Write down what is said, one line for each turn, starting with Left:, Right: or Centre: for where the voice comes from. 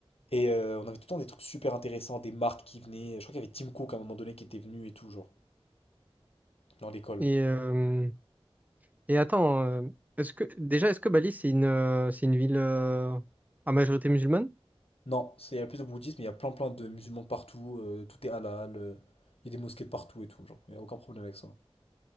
Left: Et euh, on avait tout le temps des trucs super intéressants, des marques qui venaient. Je crois qu'il y avait Tim Cook à un moment donné qui était venu et tout, genre, dans l'école.
Right: Et, euh, et attends, euh, est-ce que, déjà, est-ce que Bali, c'est une, euh, c'est une ville euh, à majorité musulmane?
Left: Non, c'est- il y a plus de bouddhisme, il y a plein plein de musulmans partout, euh, tout est halal, euh, il y a des mosquées partout et tout, genre, il n'y a aucun problème avec ça.